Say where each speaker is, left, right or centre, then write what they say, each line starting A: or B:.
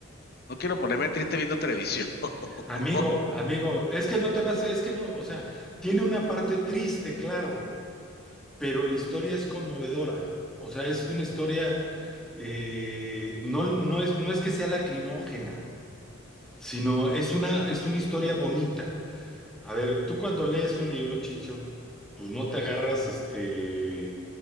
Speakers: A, on the left; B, in the centre.
A: no quiero ponerme triste viendo televisión. <laughs>
B: Amigo, amigo, es que no te vas, a- es que no, o sea, tiene una parte triste, claro, pero la historia es conmovedora. O sea, es una historia, eh, no, no es, no es que sea lacrimógena, sino es una, es una historia bonita. A ver, tú cuando lees un libro, Chicho, pues no te agarras este